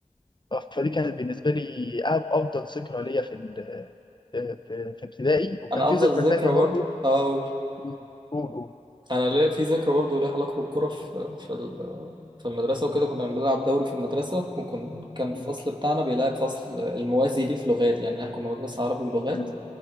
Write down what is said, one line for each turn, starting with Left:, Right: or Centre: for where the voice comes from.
Left: فدي كانت بالنسبة لي أفضل ذكرى ليا في ال... في في في ابتدائي وكان
Right: انا
Left: في
Right: افضل
Left: ذكرى تانية
Right: ذكرى
Left: برضو
Right: برضو اه
Left: مم. قول قول
Right: انا ليه في ذكرى برضه ليها علاقه بالكوره في في ال- في المدرسه وكده كنا بنلعب دوري في المدرسه وكان كان الفصل
Left: مم.
Right: بتاعنا بيلعب فصل الموازي ليه في لغات يعني احنا كنا مدرسه عربي ولغات
Left: مم.